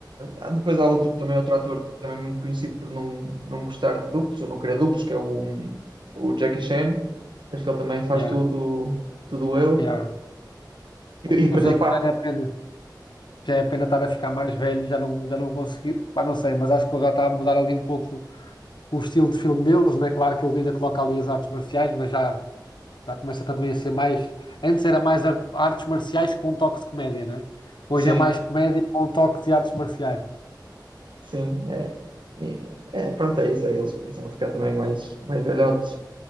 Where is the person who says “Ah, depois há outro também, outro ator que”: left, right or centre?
Right